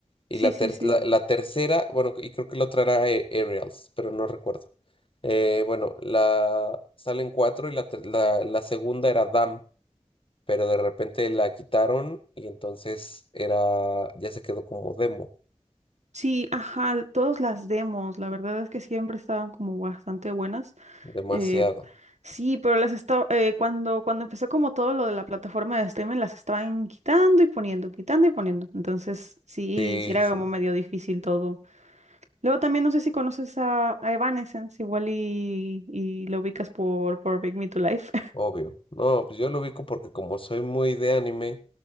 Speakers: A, on the left; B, on the right.
A: Y
B: sí,
A: la,
B: sí,
A: ter-
B: sí.
A: la, la tercera, bueno, y creo que la otra era eh, Aerials, pero no recuerdo. Eh, bueno, la salen cuatro y la, ter- la, la segunda era Dam, pero de repente la quitaron y entonces era, ya se quedó como demo,
B: Sí, ajá, todas las demos, la verdad es que siempre estaban como bastante buenas.
A: demasiado.
B: Eh, sí, pero las estaba, eh, cuando, cuando empezó como todo lo de la plataforma de streaming, las estaban quitando y poniendo, quitando y poniendo. Entonces, sí,
A: Sí,
B: sí era
A: sí.
B: como medio difícil todo. Luego también no sé si conoces a, a Evanescence, igual y, y lo ubicas por, por Bring Me to Life.
A: Obvio. No, pues yo lo ubico porque como soy muy de anime,